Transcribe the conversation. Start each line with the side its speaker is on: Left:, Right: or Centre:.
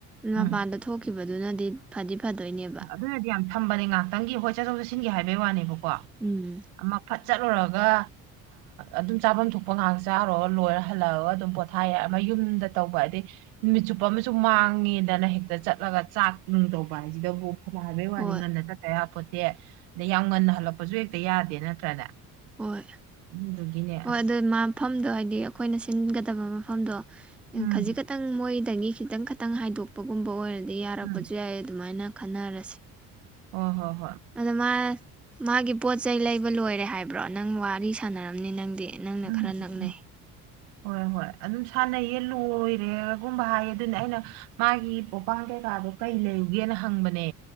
Centre: ꯃꯄꯥꯟꯗ
Right: ꯎꯝ
Centre: ꯊꯣꯛꯈꯤꯕꯗꯨꯅꯗꯤ ꯐꯗꯤ ꯐꯗꯣꯏꯅꯦꯕ
Right: ꯑꯗꯨꯅꯗꯤ ꯌꯥꯝ ꯁꯝꯕꯅꯦ ꯉꯥꯏꯍꯥꯛꯇꯪꯒꯤ ꯍꯣꯏ ꯆꯠꯊꯣꯛ ꯆꯠꯁꯤꯟꯒꯤ ꯍꯥꯏꯕꯩ ꯋꯥꯅꯦꯕꯀꯣ
Centre: ꯎꯝ
Right: ꯑꯃ ꯐꯠ ꯆꯠꯂꯨꯔꯒ ꯑꯗꯨꯝ ꯆꯥꯐꯝ ꯊꯣꯛꯄ ꯉꯥꯏꯍꯛ ꯆꯥꯔꯣꯒ ꯂꯣꯏꯔ ꯍꯜꯂꯛꯑꯒ ꯑꯗꯨꯝ ꯄꯣꯊꯥꯏꯌꯥꯏ ꯌꯨꯝꯗ ꯇꯧꯕ ꯍꯥꯏꯗꯤ ꯅꯨꯃꯤꯠ ꯆꯨꯞꯄ ꯑꯃꯁꯨ ꯃꯥꯡꯉꯦꯗꯅ ꯍꯦꯛꯇ ꯆꯠꯂꯒ ꯆꯥꯛ ꯅꯨꯡ ꯇꯧꯕ ꯍꯥꯏꯁꯦ ꯁꯤꯗꯕꯨ ꯐꯅ ꯍꯥꯏꯕꯩ
Centre: ꯍꯣꯏ
Right: ꯋꯥꯅꯤ ꯉꯟꯅ ꯆꯠꯇꯌꯥꯄꯣꯠꯇꯦ ꯁꯦ ꯑꯗꯩ ꯌꯥꯝ ꯉꯟꯅ ꯍꯜꯂꯛꯄꯁꯨ ꯍꯦꯛꯇ ꯌꯥꯗꯦ ꯅꯠꯇ꯭ꯔꯅꯦ
Centre: ꯍꯣꯏ
Right: ꯑꯗꯨꯗꯨꯒꯤꯅꯦ
Centre: ꯍꯣꯏ
Right: ꯑꯁ
Centre: ꯑꯗꯨ ꯃꯐꯝꯗꯣ ꯍꯥꯏꯗꯤ ꯑꯩꯈꯣꯏꯅ ꯁꯤꯟꯒꯗꯕ ꯃꯐꯝꯗꯣ
Right: ꯎꯝ
Centre: ꯈꯖꯤꯛ ꯈꯛꯇꯪ ꯃꯣꯏꯗꯒꯤ ꯈꯤꯇꯪ ꯈꯥꯇꯪ ꯍꯥꯏꯗꯣꯛꯄꯒꯨꯝꯕ ꯑꯣꯏꯔꯗꯤ ꯑꯗꯩ ꯌꯥꯔꯛꯄꯁꯨ
Right: ꯎꯝ
Centre: ꯌꯥꯏꯌꯦ ꯑꯗꯨꯃꯥꯏꯅ ꯈꯟꯅꯔꯁꯦ
Right: ꯑꯣ ꯍꯣ
Centre: ꯑꯗꯥ ꯃꯥ ꯃꯥꯒꯤ ꯄꯣꯠ ꯆꯩ ꯂꯩꯕ ꯂꯣꯏꯔꯦ ꯍꯥꯏꯕ꯭ꯔꯣ ꯅꯪ ꯋꯥꯔꯤ ꯁꯥꯟꯅꯔꯝꯅꯤ ꯅꯪꯗꯤ ꯅꯪꯅ
Right: ꯎꯝ
Centre: ꯈꯔ ꯅꯛꯅꯩ
Right: ꯎꯝ ꯍꯣꯏ ꯍꯣꯏ ꯑꯗꯨꯝ ꯁꯥꯟꯅꯩꯌꯦ ꯂꯣꯏꯔꯦꯒꯨꯝꯕ ꯍꯥꯏꯌꯦ ꯑꯗꯨꯅ ꯑꯩꯅ ꯃꯥꯒꯤ ꯄꯣꯞꯄꯥꯡꯗꯩ ꯀꯩꯀꯥꯗꯣ ꯀꯩ ꯂꯩꯌꯨꯒꯦꯅ ꯍꯪꯕꯅꯦ